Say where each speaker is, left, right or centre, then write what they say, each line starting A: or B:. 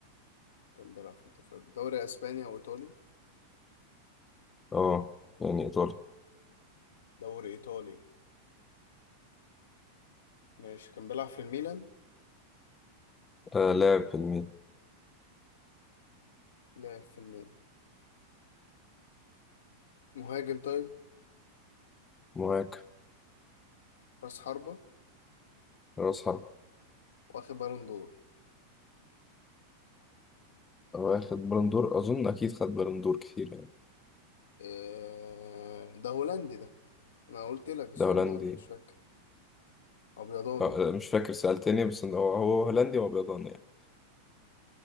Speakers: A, on the left (about 60°); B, on the left (about 15°).
A: كان بيلعب في التوب فايف دوري اسباني او ايطالي
B: اه يعني إيطالي
A: دوري ايطالي ماشي كان بيلعب في الميلان
B: آه... لاعب في الميل
A: لعب في الميلان مهاجم طيب
B: مهاجم
A: راس حربة
B: رأس حرب
A: واخد بالون دور
B: واخد بالون دور أظن أكيد خد بالون دور كتير يعني
A: آه ده هولندي ده انا قلت لك السؤال
B: ده هولندي
A: ده ولا مش فاكر ابيضاني
B: آه، مش فاكر سألتني بس إن هو هو هولندي وأبيضاني يعني